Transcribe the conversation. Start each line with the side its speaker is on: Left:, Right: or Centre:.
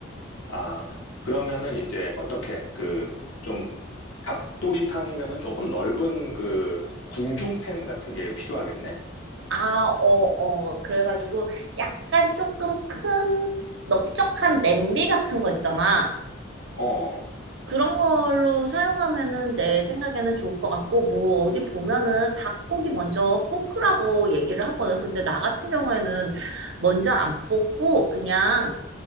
Left: 아, 그러면은 이제 어떻게 그 좀 닭도리탕이면은 조금 넓은 그 궁중팬 같은 게 필요하겠네?
Right: 아, 어, 어. 그래가지고 약간 조금 큰 넓적한 냄비 같은 거 있잖아.
Left: 어,
Right: 그런 걸로 사용하면은 내 생각에는 좋을 것 같고, 뭐 어디 보면은 닭고기 먼저 볶으라고 얘기를 하거든. 근데 나 같은 경우에는 먼저 안 볶고 그냥